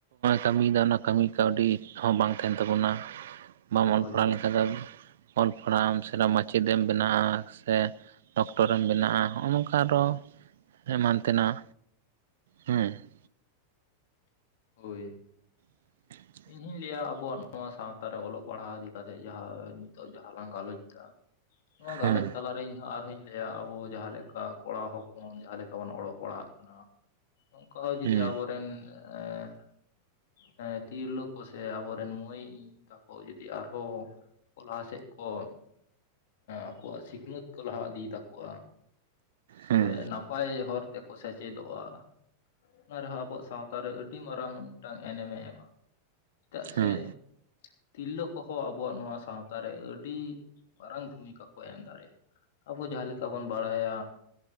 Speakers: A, on the right (about 60°); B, on the left (about 55°).
A: ᱠᱟᱹᱢᱤᱭᱮᱫᱟ ᱚᱱᱟ ᱠᱟᱹᱢᱤ ᱠᱟᱹᱣᱰᱤ‌ ᱦᱚᱸ ᱵᱟᱝ ᱛᱟᱦᱮᱱ ᱛᱟᱵᱚᱱᱟ ᱵᱟᱢ
B: ᱦᱳᱭ
A: ᱚᱞ ᱯᱟᱲᱦᱟᱣ ᱞᱮᱱ ᱚᱞ ᱯᱟᱲᱦᱟᱜ ᱮᱢ ᱥᱮ <unintelligible> ᱢᱟᱪᱮᱫ ᱮᱢ ᱵᱮᱱᱟᱜᱼᱟ, ᱥᱮ ᱰᱚᱠᱴᱚᱨᱮᱢ ᱵᱮ ᱱᱚᱼᱚ ᱱᱚᱝᱠᱟ ᱟᱫᱚ ᱮᱢᱟᱱ ᱛᱮᱱᱟᱜ ᱦᱩᱸ ᱾
B: ᱦᱳᱭ᱾
A: <unintelligible>
B: ᱤᱧ ᱦᱚᱧ ᱞᱟᱹᱭᱟ ᱟᱵᱚᱣᱟᱜ ᱱᱚᱣᱟ ᱥᱟᱶᱛᱟ ᱨᱮ ᱚᱞᱚᱜ ᱯᱟᱲᱦᱟᱣ ᱤᱫᱤ ᱠᱟᱛᱮ ᱡᱟᱦᱟᱸ ᱱᱤᱛᱚᱜ ᱡᱟᱦᱟᱸ ᱞᱟᱝ ᱜᱟᱞᱚᱪ ᱫᱟ ᱚ
A: ᱦᱮᱸ
B: ᱜᱟᱞᱚᱪ ᱛᱟᱞᱟ ᱤᱧᱦᱚ ᱟᱨᱦᱚᱧ ᱞᱟᱹᱭᱟ ᱟᱵᱚ ᱡᱟᱦᱟᱸ ᱞᱮᱠᱟ ᱠᱚᱲᱟ ᱦᱚᱯᱚᱱ ᱡᱟᱦᱟᱸ ᱞᱮᱠᱟ ᱵᱚᱱ ᱚᱞᱲᱜ ᱯᱟᱲᱦᱟᱜ ᱠᱟᱱᱟ, ᱚᱝᱠᱟ ᱦᱚᱸ ᱡᱩᱫᱤ
A: ᱦᱮᱸ
B: ᱟᱵᱚᱨᱮᱱ, ᱮᱸ ᱦᱮᱸ ᱛᱤᱨᱞᱟᱹ ᱠᱚ ᱥᱮ ᱟᱵᱚᱨᱮᱱ ᱢᱟᱹᱭ ᱛᱟᱠᱚ ᱡᱩᱫᱤ ᱟᱨᱦᱚᱸ ᱞᱟᱦᱟ ᱥᱮᱫ ᱠᱚ ᱟᱠᱚᱣᱟᱜ ᱥᱤᱠᱷᱱᱟᱹᱛ ᱠᱚ ᱞᱟᱦᱟ ᱤᱫᱤᱭ ᱛᱟᱠᱚᱣᱟ
A: ᱦᱮᱸ
B: ᱥᱮ ᱱᱟᱯᱟᱭ ᱦᱚᱨ ᱛᱮᱠᱚ ᱥᱮᱪᱮᱫᱚᱜᱼᱟ ᱚᱱᱟ ᱨᱮᱦᱚᱸ ᱟᱵᱚᱣᱟᱜ ᱥᱟᱶ ᱛᱟᱨᱮ ᱟᱹᱰᱤ ᱢᱟᱨᱟᱝ ᱢᱤᱫᱴᱟᱝ ᱮᱱᱮᱢ ᱮ ᱮᱢᱟ ᱾ ᱪᱮᱫᱟᱜ
A: ᱦᱮᱸ
B: ᱥᱮ ᱛᱤᱨᱞᱟᱹ ᱠᱚᱦᱚᱸ ᱟᱵᱚᱣᱟᱜ ᱱᱚᱣᱟ ᱥᱟᱶᱛᱟ ᱨᱮ ᱟᱹᱰᱤ ᱢᱟᱨᱟᱝ ᱵᱷᱩᱢᱤᱠᱟ ᱠᱚ ᱮᱢ ᱫᱟᱲᱮᱭᱟᱜᱼᱟ᱾ ᱟᱵᱚ ᱡᱟᱦᱟᱸ ᱞᱮᱠᱟ ᱵᱚᱱ ᱵᱟᱲᱟᱭᱟ